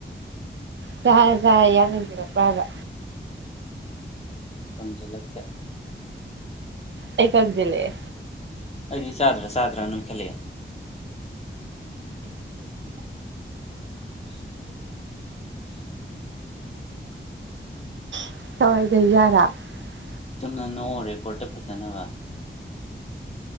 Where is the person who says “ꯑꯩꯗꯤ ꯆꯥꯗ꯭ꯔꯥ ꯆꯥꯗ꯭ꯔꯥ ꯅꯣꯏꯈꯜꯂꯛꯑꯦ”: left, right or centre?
Left